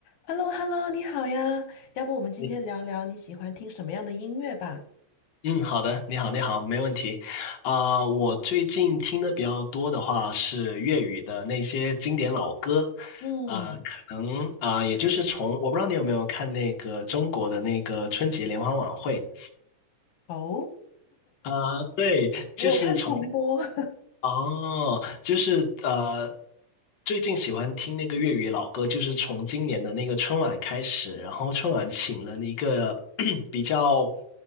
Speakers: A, on the left; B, on the left.
A: h e l l o h e l l o 你好呀，要不我们今天聊聊你喜欢听什么样的音乐吧？
B: 你嗯，好的，你好，你好，没问题。啊、我最近听的比较多的话是粤语的那些经典老歌，
A: 嗯，
B: 啊、可能啊、也就是从我不知道你有没有看那个中国的那个春节联欢晚会
A: 哦，
B: 啊、对，
A: 我有看重播。
B: 就是从。
A: <laughs>
B: 哦，就是呃，最近喜欢听那个粤语老歌，就是从今年的那个春晚开始，然后春晚请了一个 <clears throat> 比较